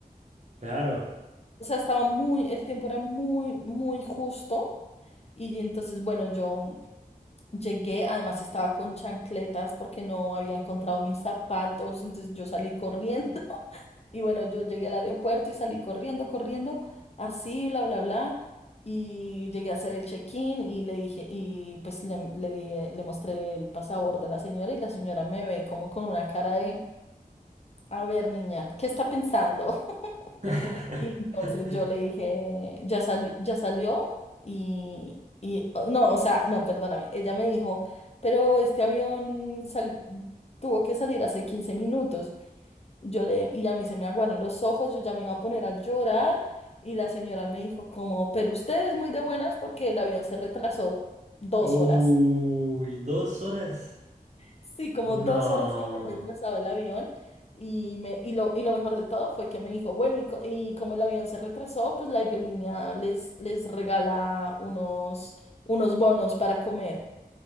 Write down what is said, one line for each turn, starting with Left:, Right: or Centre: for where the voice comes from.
Right: Claro.
Left: o sea, estaba muy, el tiempo era muy, muy justo. Y entonces, bueno, yo llegué, además estaba con chancletas porque no había encontrado mis zapatos, entonces yo salí corriendo. Y bueno, yo llegué al aeropuerto y salí corriendo, corriendo, así, bla, bla, bla. Y llegué a hacer el check-in y le dije, y pues le, le, di- le mostré el pasaporte a la señora y la señora me ve como con una cara de, a ver, niña, ¿qué está pensando? <laughs>
Right: <laughs>
Left: Y entonces yo le dije, ya sali- ya salió y, y, oh, no, o sea, no, perdóname, ella me dijo, pero este avión sal- tuvo que salir hace quince minutos yo le, y a mí se me aguaron los ojos, yo ya me iba a poner a llorar y la señora me dijo como, pero usted es muy de buenas porque el avión se retrasó dos
Right: Uy,
Left: horas.
Right: dos horas.
Left: Sí, como
Right: No.
Left: dos horas se había retrasado el avión y, me, y, lo, y lo mejor de todo fue que me dijo, bueno, y, co- y como el avión se retrasó, pues la aerolínea les, les regala unos, unos bonos para comer.